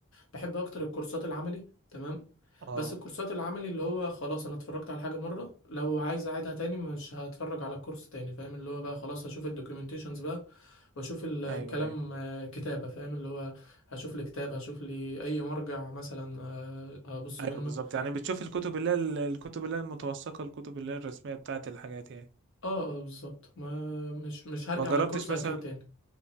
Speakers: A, on the left (about 60°); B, on the right (about 55°).
A: بحب اكتر الكورسات العملي تمام
B: اه
A: بس الكورسات العملي اللي هو خلاص انا اتفرجت على حاجه مره لو عايز اعيدها تاني مش هتفرج على كورس تاني فاهم اللي هو بقى خلاص هشوف الدوكيومنتيشنز بقى واشوف الكلام
B: ايوه ايوه
A: آه، كتابه فاهم اللي هو هشوف لي كتاب هشوف لي اي مرجع مثلا آه، ابص
B: ايوه
A: منه
B: بالظبط يعني بتشوف الكتب اللي هي ال- الكتب اللي هي المتوثقه الكتب اللي هي الرسميه بتاعت الحاجات يعني
A: اه اه بالظبط ما مش مش هرجع
B: ما جربتش
A: للكورس اكيد
B: مثلا
A: تاني